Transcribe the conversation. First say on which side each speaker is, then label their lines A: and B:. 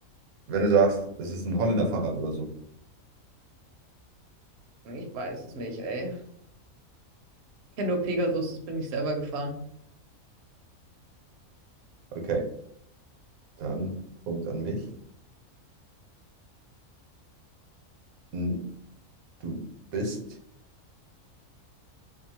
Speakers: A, on the right; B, on the right.
A: wenn du sagst, Es ist ein Holländer Fahrrad oder so.
B: ich weiß es nicht, ey. Ich kenne nur Pegasus, das bin ich selber gefahren.
A: Okay, dann Punkt an mich. Hm, Du bist,